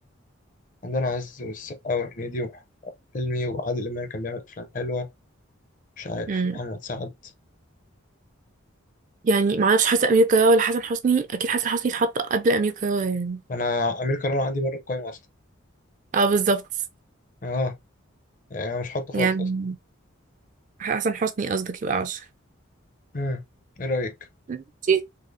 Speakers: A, on the left; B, on the right.
A: عندنا عز والسقا وهنيدي وأحمد حلمي وعادل امام كان بيعمل افلام حلوه مش عارف
B: امم
A: محمد سعد
B: يعني معرفش حاسه امير كرارة ولا حسن حسني اكيد حسن حسني اتحط قبل امير كرارة يعني
A: انا امير كرارة عندي بره القايمه اصلا
B: اه بالظبط
A: اه يعني انا مش حاطه خالص
B: يعني
A: اصلا
B: حسن حسني قصدك يبقى عشرة
A: امم ايه رايك
B: ماشي.